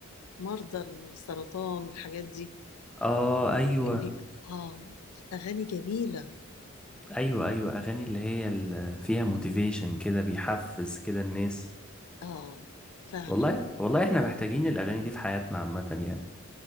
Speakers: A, on the left; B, in the centre.
A: مرضى السرطان والحاجات دي
B: اه ايوه
A: بي... اه أغاني جميلة
B: ايوه ايوه اغاني اللي هي اللي فيها موتيفيشن كده بيحفز كده الناس
A: اه فعلا
B: والله والله احنا محتاجين الاغاني دي في حياتنا عامة يعني